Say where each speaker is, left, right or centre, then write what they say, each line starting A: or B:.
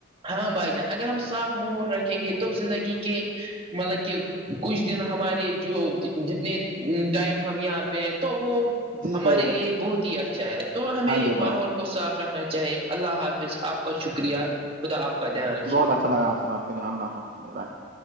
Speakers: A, on the right; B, on the right.
A: ہاں بھائی جان اگر ہم صاف ماحول رکھیں گے تو زندگی کے مطلب کہ کچھ دن ہمارے جو جتنے ٹائم ہم یہاں تو وہ
B: جی
A: ہمارے
B: بھائی جان
A: لیے بہت ہی اچھا ہے تو ہمیں
B: ہاں جی بھائی
A: ماحول کو صاف رکھنا چاہیے اللہ حافظ آپ کا شکریہ خدا آپ کا دھیان رکھیے
B: بہت اچھا لگا آپ سے بات اللہ حافظ بھائی